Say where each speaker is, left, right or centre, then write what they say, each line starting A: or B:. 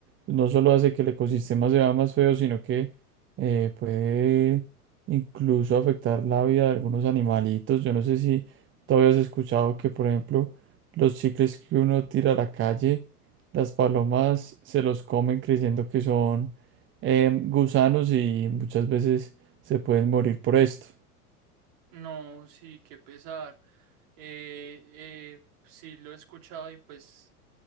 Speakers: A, on the right (about 25°); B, on the right (about 45°).
A: No solo hace que el ecosistema se vea más feo, sino que eh, puede incluso afectar la vida de algunos animalitos. Yo no sé si todavía has escuchado que, por ejemplo, los chicles que uno tira a la calle, las palomas se los comen creyendo que son em, gusanos y muchas veces se pueden morir por esto.
B: No, sí, qué pesar. Eh, eh, sí, lo he escuchado y pues